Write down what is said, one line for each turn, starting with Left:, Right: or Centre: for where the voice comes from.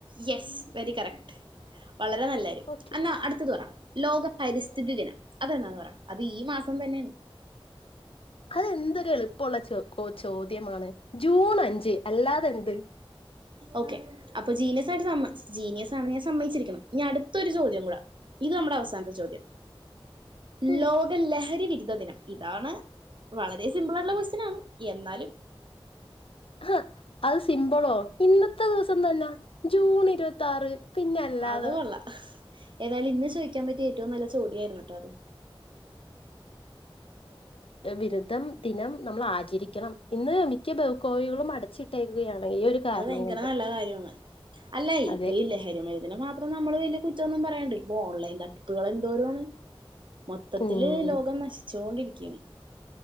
Right: യെസ് വെരി കറക്റ്റ് വളരെ നല്ലര്യം
Left: ഓക്കെ
Right: എന്നാ അടുത്തത് പറ ലോക പരിസ്ഥിതി ദിനം? അതെന്താന്ന് പറ അത് ഈ മാസം തന്നെയാണ്
Left: അതെന്തൊരു എളുപ്പം ഇപ്പോള്ള ചോ ചോദ്യമാണ് ജൂൺ അഞ്ച് അല്ലാതെന്ത്.
Right: ഓക്കെ അപ്പൊ ജീനിയസ ആയി സ ജീനിയസ് ആ ഞാൻ സമ്മയിച്ചിരിക്കണം അടുത്തൊരു ചോദ്യം കൂടെ ഇത് നമ്മുടെ അവസാനത്തെ ചോദ്യം
Left: ഉം,
Right: ലോക ലഹരി വിരുദ്ധ ദിനം? ഇതാണ് വളരെ സിമ്പിൾ ആയിട്ടുള്ള ക്വസ്റ്റ്യനാണ് എന്നാലും
Left: ഹഹ അത് സിമ്പിളോ ഇന്നത്തെ ദിവസം തന്നെ ജൂൺ ഇരുപത്തി ആറ് പിന്നെ അല്ലാതെ
Right: അത് കൊള്ള ഏതായാലും ഇന്ന് ചോദിക്കാൻ പറ്റിയ ഏറ്റവും നല്ല ചോതിയായിരുന്നു ട്ടാ അത്
Left: ബിരുദ്ധം ദിനം നമ്മൾ ആചരിക്കണം ഇന്ന് മിക്ക ബഹുക്കോവികളും അടച്ചിട്ടേക്കുകയാണ് ഈ ഒരു കാരണം
Right: അത് ഭയങ്കര
Left: കൊണ്ട്
Right: നല്ല കാര്യമാണ് അല്ല ഇപ്പ
Left: അതെ
Right: ഇ ലഹരിമയത്തിന് മാത്രം നമ്മള് വലിയ കുറ്റംന്നും പറയണ്ട് ഇ ഓൺലൈൻ തട്ടിപ്പുകൾ എന്തോരമാണ് മൊത്തത്തില്
Left: ഉം
Right: ലോകം നശിച്ചോണ്ടിരികണ്